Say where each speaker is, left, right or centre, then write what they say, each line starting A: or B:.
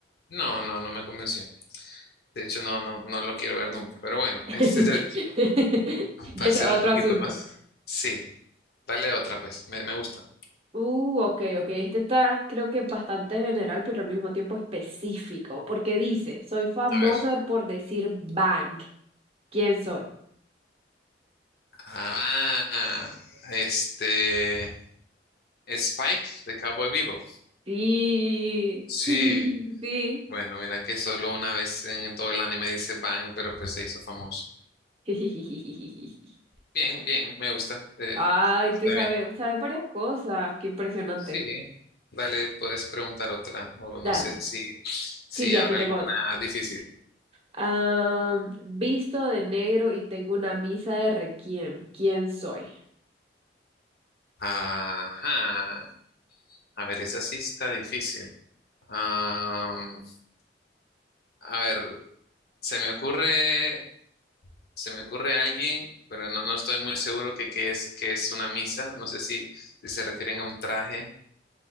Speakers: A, on the left (about 60°); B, on the right (about 35°).
A: no, no, no me convenció. De hecho, no, no, no lo quiero ver nunca. Pero bueno,
B: <laughs>
A: <laughs> este es el-
B: Ya
A: para
B: es
A: ser
B: otro
A: un poquito
B: asunto.
A: más. Sí, dale otra, pues, me, me gusta.
B: Uh, ok, ok. Este está, creo que bastante general, pero al mismo tiempo específico, porque dice, soy famoso
A: A ver.
B: por decir bank. ¿Quién soy?
A: Ah, este, Spike de Cowboy Vivo.
B: Sí,
A: Sí,
B: <laughs> sí.
A: Bueno, mira que solo una vez en todo el anime dice Bang, pero pues se hizo famoso.
B: <laughs>
A: Bien, bien, me gusta. Eh,
B: Ay,
A: está
B: te sabe,
A: bien.
B: sabe varias cosas. Qué impresionante.
A: Sí. Dale, puedes preguntar otra, o no
B: Dale.
A: sé si, si
B: Sí, sí,
A: habrá
B: aquí tengo
A: alguna
B: otra.
A: difícil.
B: Am, visto de negro y tengo una misa de requiem. ¿Quién soy?
A: Ajá. A ver, esa sí está difícil. Am, a ver, se me ocurre, se me ocurre alguien, pero no, no estoy muy seguro que qué es, que es una misa. No sé si, si se refieren a un traje.